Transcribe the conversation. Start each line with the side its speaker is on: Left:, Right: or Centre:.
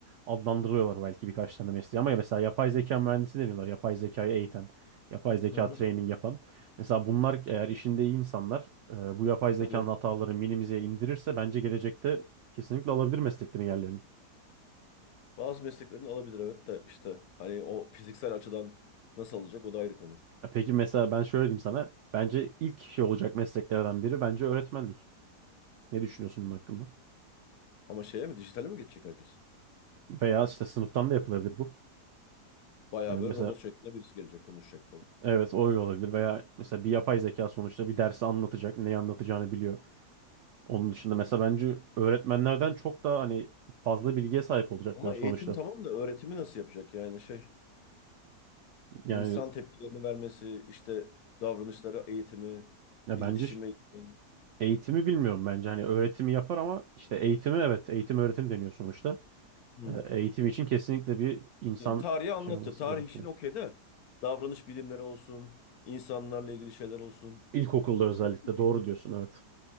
Right: adlandırıyorlar belki birkaç tane mesleği ama ya mesela yapay zeka mühendisi deniyorlar yapay zekayı eğiten yapay zeka
Left: Hı hı.
Right: training yapan mesela bunlar eğer işinde iyi insanlar e, bu yapay zekanın
Left: Tabii
Right: hataları minimize indirirse bence gelecekte kesinlikle alabilir mesleklerin yerlerini.
Left: bazı mesleklerin alabilir evet de işte hani o fiziksel açıdan nasıl alacak o da ayrı konu.
Right: Ya Peki mesela ben şöyle diyeyim sana. Bence ilk şey olacak mesleklerden biri bence öğretmenlik. Ne düşünüyorsun bunun hakkında?
Left: Ama şeye mi dijitale mi geçecek herkes?
Right: Veya işte sınıftan da yapılabilir bu.
Left: Bayağı
Right: Yani
Left: böyle
Right: mesela
Left: robot şeklinde birisi gelecek konuşacak falan.
Right: evet o öyle olabilir. Veya mesela bir yapay zeka sonuçta bir dersi anlatacak. Neyi anlatacağını biliyor. Onun dışında mesela bence öğretmenlerden çok daha hani fazla bilgiye sahip olacaklar
Left: Ama
Right: sonuçta.
Left: eğitim tamam da öğretimi nasıl yapacak yani şey
Right: Yani
Left: insan tepkilerini vermesi işte davranışlara eğitimi,
Right: ya
Left: iletişim
Right: bence ş-
Left: eğitimi.
Right: eğitimi bilmiyorum bence. Hani öğretimi yapar ama işte eğitimi evet eğitim öğretim deniyor sonuçta.
Left: Hı.
Right: Ee, Eğitim için kesinlikle bir insan
Left: Yani tarihi anlattı.
Right: şey olması
Left: Tarih
Right: gerekiyor.
Left: için okey de davranış bilimleri olsun, insanlarla ilgili şeyler olsun.
Right: İlkokulda özellikle
Left: Ne bileyim,
Right: doğru
Left: bir
Right: diyorsun evet.